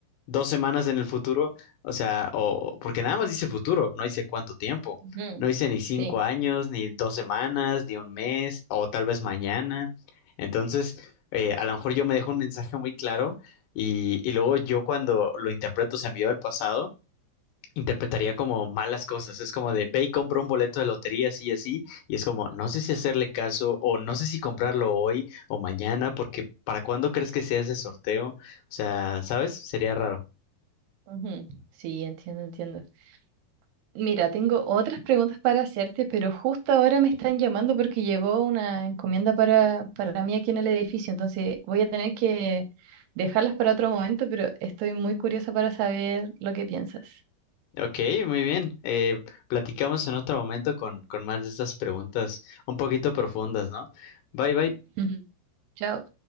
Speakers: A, on the left (about 85°); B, on the right (about 75°).
A: dos semanas en el futuro o sea, o porque nada más dice futuro, no dice cuánto tiempo.
B: Ujú,
A: No dice ni cinco
B: Sí.
A: años, ni dos semanas, ni un mes, o tal vez mañana. Entonces, eh, a lo mejor yo me dejo un mensaje muy claro y, y luego yo cuando lo interpreto, se me envió al pasado, interpretaría como malas cosas. Es como de, ve y compra un boleto de lotería así y así. Y es como, no sé si hacerle caso o no sé si comprarlo hoy o mañana, porque ¿para cuándo crees que sea ese sorteo? O sea, ¿sabes? Sería raro.
B: Ujú, ujú. Sí, entiendo, entiendo. Mira, tengo otras preguntas para hacerte, pero justo ahora me están llamando porque llegó una encomienda para, para mí aquí en el edificio, entonces voy a tener que dejarlas para otro momento, pero estoy muy curiosa para saber lo que piensas.
A: Ok, muy bien. Eh, platicamos en otro momento con, con más de estas preguntas un poquito profundas, ¿no? Bye, bye.
B: <laughs> Chao.